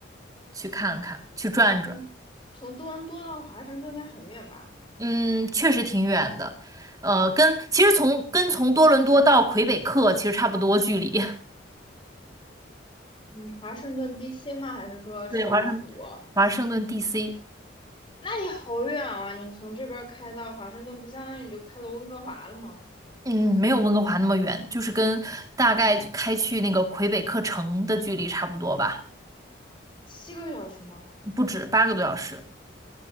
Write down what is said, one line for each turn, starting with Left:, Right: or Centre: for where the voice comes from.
Right: 去看看，去转转。
Left: 从从多伦多到华盛顿应该很远吧？
Right: 嗯，确实挺远的，呃，跟其实从跟从多伦多到魁北克其实差不多距离。
Left: 嗯，华盛顿 DC 吗？还是说首府啊？
Right: <laughs> 对，华盛华盛顿 DC，
Left: 那也好远啊！你从这边儿开到华盛顿，不相当于你就开到温哥华了吗？
Right: 嗯，没有温哥华那么远，就是跟大概开去那个魁北克城的距离差不多吧，
Left: 七个小时吗？
Right: 不止八个多小时。